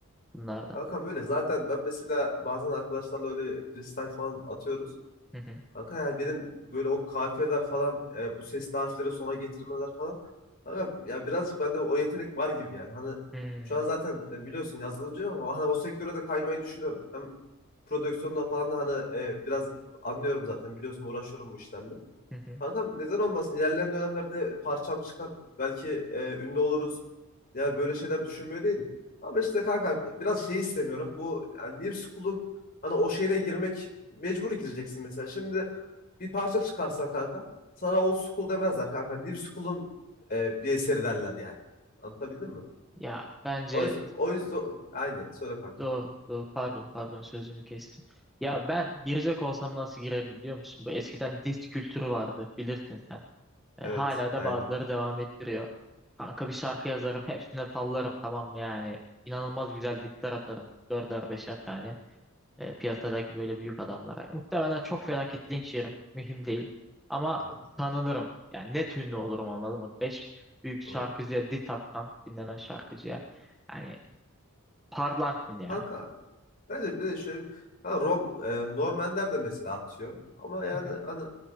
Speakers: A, in the centre; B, on the left.
A: bunlardan.
B: Kankam öyle. Zaten ben mesela bazen arkadaşlarla öyle freestyle falan atıyoruz.
A: Hı hı.
B: Kanka yani benim böyle o kafiyeler falan e, bu sesli harfleri sona getirmeler falan. Kanka ya birazcık bende o yetenek var gibi yani. Hani
A: Hmm.
B: şu an zaten e, biliyorsun yazılımcıyım ama hani o sektöre de kaymayı düşünüyorum. Hem prodüksiyondan falan da hani e, biraz anlıyorum zaten biliyorsun uğraşıyorum bu işlerle.
A: Hı hı.
B: Kanka neden olmasın ilerleyen dönemlerde parçam çıkar. Belki e, ünlü oluruz. Yani böyle şeyler düşünmüyor değilim. Ama işte kanka biraz şey istemiyorum. Bu yani New School'un hani o şeyine girmek mecbur gireceksin mesela. Şimdi bir parça çıkarsan kanka sana old school demezler kanka. New school'un e, bir eseri derler yani. Anlatabildim mi?
A: Ya bence
B: O yüzden, o yüzden aynen söyle kanka.
A: doğru, doğru. Pardon, pardon sözünü kestim. Ya ben girecek olsam nasıl girerim biliyor musun? Bu eskiden disk kültürü vardı bilirsin sen. E,
B: Evet
A: hala
B: aynen.
A: da bazıları devam ettiriyor. Kanka bir şarkı yazarım hepsine sallarım tamam mı yani. İnanılmaz güzel diskler atarım. Dörder beşer tane. E, piyasadaki böyle büyük adamlara. Muhtemelen çok felaket linç yerim. Mühim değil. Ama
B: Evet
A: tanınırım. Yani net ünlü olurum anladın mı? Beş büyük şarkıcıya
B: doğru.
A: diss atsan dinlenen şarkıcıya. Yani Parlarsın ya.
B: Kanka bence bir de şöyle bir- ha, Rom, e, Normanler de mesela atıyor. Ama yani
A: Hı hı,
B: hani